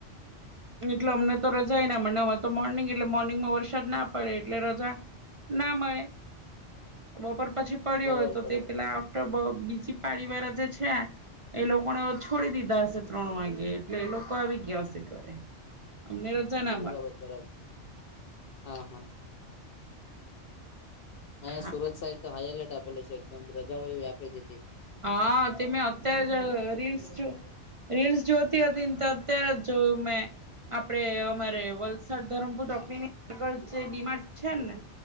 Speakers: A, on the right; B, on the left.
A: એટલે અમને તો રજા એ ના મને અમારે તો મોર્નિંગ એટલે મોર્નિંગમાં વરસાદ ના પડે એટલે રજા ના મળે બપોર પછી
B: બરાબર
A: તો
B: બરાબર
A: તેમા <unintelligible> બીજી પાડીવાર જ છે એ લોકોને હવે છોડી દીધા હશે ત્રણ વાગે એટલે એ લોકો આવી ગયાશે એમને તો છે ને
B: બરાબર, બરાબર, હા, હા.
A: હા
B: અ સુરત સાઈડ તો હાઈ એલર્ટ આપેલું છે, રજાઓ એ વ્યાપે દિધી‌.
A: હા, તમે અત્યારે જ રીલ્સ જો. રીલ્સ જ્યોતિ હતી, જો મે આપડે અમારે વલસાડ ધરમપુરક આગળ જે ડીમાર્ટ છે ને